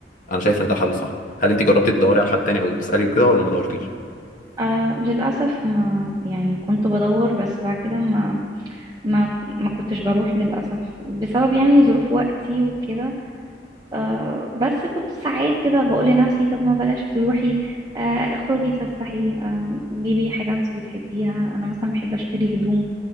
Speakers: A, on the left; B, on the right.
A: انا شايف ان ده حل صح هل انت جربتي تدوري على حد تاني او تسالي وكده ولا ما دورتيش
B: آه للأسف ما يعني كنت بدور بس بعد كده ما ما ما كنتش بروح للأسف بسبب يعني ظروف وقتي وكده آه بس كنت ساعات كده بقول لنفسي طب ما بلاش تروحي آه اخرجي اتفسحي آه جيبي حاجة انت بتحبيها أنا مثلا بحب أشتري هدوم